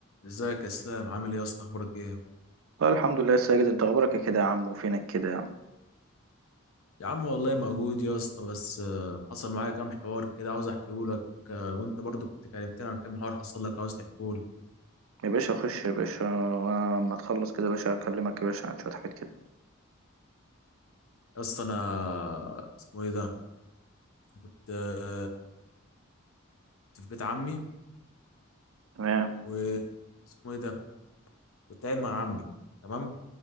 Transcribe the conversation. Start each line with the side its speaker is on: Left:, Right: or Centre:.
Left: ازيك يا اسلام عامل ايه يا اسطى اخبارك ايه
Right: لا الحمد لله يا ساجد انت اخبارك ايه كده يا عم وفينك كده يا عم
Left: يا عم والله موجود يا اسطى بس آه، حصل معايا كام حوار كده عاوز احكيه لك آه، وانت برضو كنت كلمتني عن كام حوار حصل لك عاوز تحكيه لي
Right: يا باشا خش يا باشا وانا لما تخلص كده يا باشا اكلمك يا باشا عن شويه حاجات كده
Left: يا اسطى انا اسمه ايه ده كنت آه، في بيت عمي
Right: تمام
Left: و اسمه ايه ده كنت قاعد مع عمي تمام